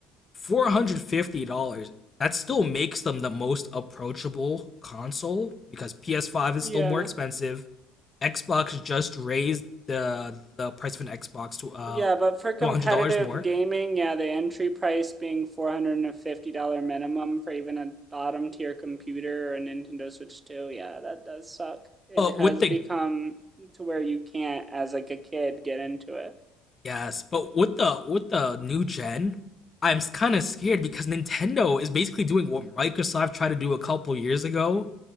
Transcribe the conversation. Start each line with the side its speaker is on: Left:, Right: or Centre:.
Left: $450 that still makes them the most approachable console because PS5 is
Right: Yeah.
Left: still more expensive. Xbox just raised the the price of an Xbox to uh
Right: Yeah, but for competitive
Left: to one hundred dollars more.
Right: gaming, yeah, the entry price being $450 minimum for even a bottom tier computer or a Nintendo Switch 2, yeah, that does suck. It
Left: But
Right: has
Left: with the
Right: become to where you can't, as like a kid, get into it.
Left: yes, but with the with the new gen, I'm kind of scared because Nintendo is basically doing what Microsoft tried to do a couple years ago,